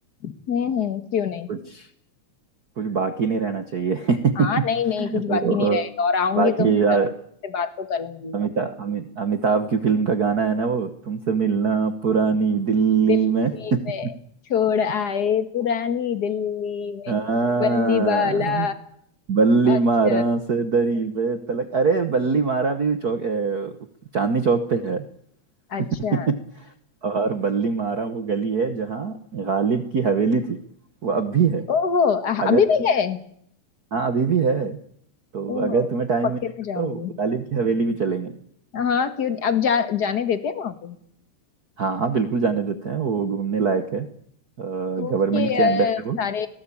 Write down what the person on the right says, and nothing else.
कुछ कुछ बाकी नहीं रहना चाहिए <laughs>
वो
बाकी
यार
अमिताभ अमि, अमिताभ की फिल्म का गाना है ना वो तुमसे मिलना पुरानी दिल्ली
में <laughs>
हाँ
बल्ली
मारा से दरी पे तलक अरे बल्ली मारा भी चौक अ, चांदनी चौक पे है
<laughs> और बल्ली मारा वो गली है जहाँ गालिब की हवेली थी वो अब भी है
अगर
तुम्हें
हाँ अभी भी है तो
अगर तुम्हें
टाइम
मिलेगा
तो गालिब की हवेली भी चलेंगे
हाँ हाँ बिल्कुल जाने देते हैं वो घूमने लायक है गवर्नमेंट
के
अंडर
है वो